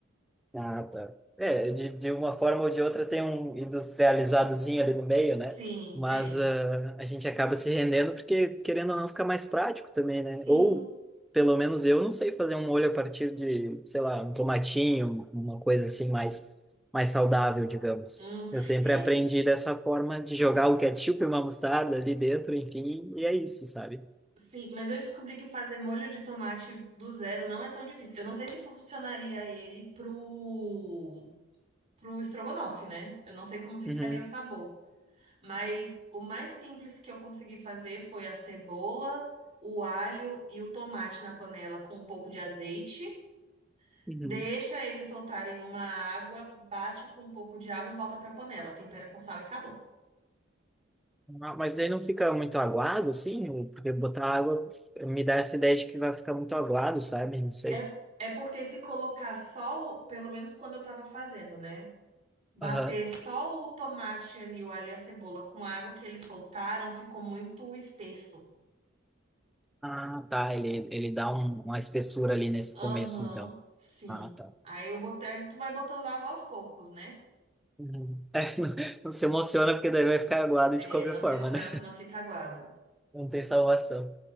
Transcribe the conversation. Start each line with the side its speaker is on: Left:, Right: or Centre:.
Centre: Ah, tá. É, de, de uma forma ou de outra tem um industrializadozinho ali no meio,
Right: Sim,
Centre: né? Mas
Right: tem.
Centre: ah, a gente acaba se rendendo porque, querendo ou não, fica mais prático também,
Right: Sim.
Centre: né? Ou, pelo menos eu não sei fazer um molho a partir de, sei lá, um tomatinho, uma coisa assim mais, mais saudável, digamos.
Right: Hum.
Centre: Eu sempre
Right: É,
Centre: aprendi dessa forma de jogar o ketchup e uma mostarda ali dentro, enfim, e é isso, sabe?
Right: sim, mas eu descobri que fazer molho de tomate do zero não é tão difícil. Eu não sei se fu- funcionaria ele pro pro estrogonofe, né? Eu não sei como ficaria
Centre: Uhum,
Right: o sabor, mas o mais simples que eu consegui fazer foi a cebola, o alho e o tomate na panela com um pouco de azeite.
Centre: uhum.
Right: Deixa eles soltarem uma água, bate com um pouco de água e volta pra panela. Tempera com sal e acabou.
Centre: Ah, Mas daí não fica muito aguado, assim? O- Porque botar água me dá essa ideia de que vai ficar muito aguado, sabe? Não sei.
Right: É, é porque se colocar só, o- pelo menos quando eu tava fazendo, né? Bater
Centre: Aham.
Right: só o tomate ali, o alho e a cebola com a água que eles soltaram, ficou muito espesso.
Centre: Ah, tá. Ele, ele dá um- uma espessura ali nesse
Right: Aham,
Centre: começo, então.
Right: sim.
Centre: Ah, tá.
Right: Aí eu botei, aí tu vai botando água aos poucos, né?
Centre: Uhum. <laughs> É, não, não se emociona, porque daí vai ficar aguado
Right: É,
Centre: de qualquer
Right: não se
Centre: forma,
Right: emociona,
Centre: né?
Right: senão fica aguado.
Centre: Não tem salvação.